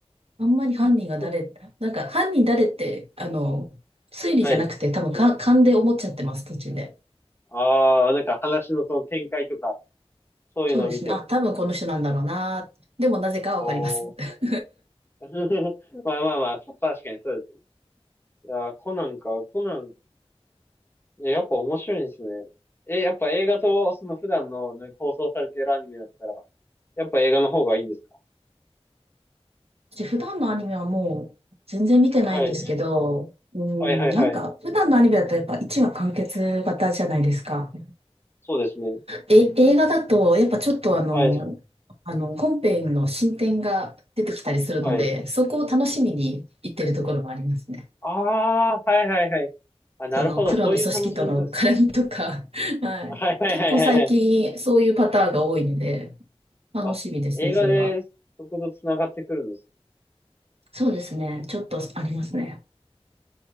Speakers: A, on the right; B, on the left.
A: あんまり犯人が誰、
B: そう
A: なんか犯人誰って、あの、推理じゃなくて、
B: はい。
A: 多分か勘で思っちゃってます、途中で。
B: ああ、なんか話のその展開とか、そういうのを見て。
A: そうですね。あ、多分この人なんだろうな。でもなぜかはわかります。
B: おお。
A: <laughs>
B: <laughs> まあまあまあ、確かにそうですね。いやー、コナンか、コナン、いや、やっぱ面白いですね。え、やっぱ映画と、その普段の、ね、放送されてるアニメだったら、やっぱ映画の方がいいんですか
A: 私普段のアニメはもう全然見てないんですけど、
B: はい。
A: うん、
B: はいはいはい。
A: なんか普段のアニメだとやっぱ1話完結型じゃないですか。
B: そうですね。
A: え、映画だと、やっぱちょっとあの、
B: はい。
A: あの、本編の進展が出てきたりするので、
B: はい。
A: そこを楽しみに行ってるところもありますね。
B: ああ、はいはいはい。あ、なるほど。
A: その黒の組織との絡みとか、
B: そういう楽しみ方です。
A: <laughs> はい。
B: はいはいはいはいはい。
A: 結構最近そういうパターンが多いので、楽しみですね、
B: あ、映画でそこと繋がってくるんです
A: それは。そうですね、
B: ね。
A: ちょっとありますね。